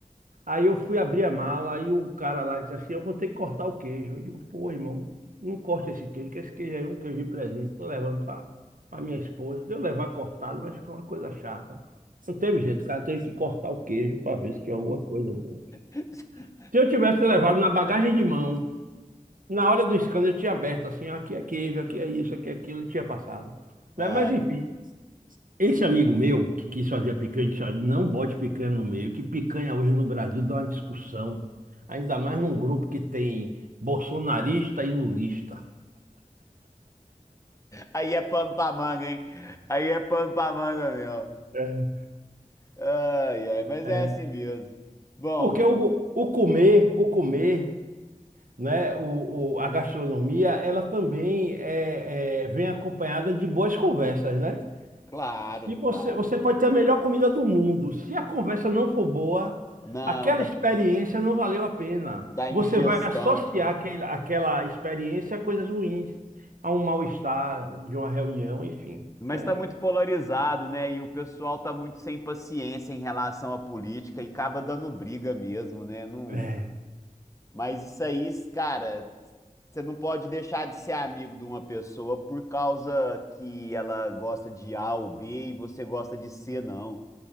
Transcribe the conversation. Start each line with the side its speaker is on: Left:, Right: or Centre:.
Right: Aí eu fui abrir a mala, aí o cara lá disse assim: Eu vou ter que cortar o queijo. Eu digo: Pô, irmão, não corte esse queijo, que esse queijo aí é um queijo de presente. tô levando para minha esposa. Se eu levar cortado, vai ficar uma coisa chata. Não teve jeito, o cara teve que cortar o queijo para ver se tinha alguma coisa dentro.
Left: <laughs>
Right: Se eu tivesse levado na bagagem de mão, na hora do escândalo eu tinha aberto assim, ó, aqui é queijo, aqui é isso, aqui é aquilo, e tinha passado.
Left: Ai,
Right: Né? Mas enfim, esse amigo meu que quis fazer a picanha, disse, olha, não bote picanha no meio, que picanha hoje no Brasil dá uma discussão. Ainda mais num grupo que tem bolsonarista e lulista.
Left: aí é pano pra manga, hein? Aí é pano pra manga mesmo.
Right: É,
Left: Ai, ai, mas
Right: é.
Left: é assim mesmo. Bom.
Right: Porque o, o comer, o comer, né, o, o- a gastronomia, ela também é, é, vem acompanhada de boas conversas, né?
Left: Claro,
Right: Se você,
Left: claro.
Right: você pode ter a melhor comida do mundo. Se a conversa não for boa,
Left: Não,
Right: aquela
Left: da,
Right: experiência não valeu a pena.
Left: da
Right: Você
Left: indigestão.
Right: vai associar aquele, aquela experiência a coisas ruins, a um mal-estar de uma reunião, enfim.
Left: Mas
Right: É,
Left: está muito polarizado, né? E o pessoal tá muito sem paciência em relação à política e acaba dando briga mesmo, né? Não...
Right: é,
Left: Mas isso aí, cara, você não pode deixar de ser amigo de uma pessoa por causa que ela gosta de A ou B e você gosta de C, não.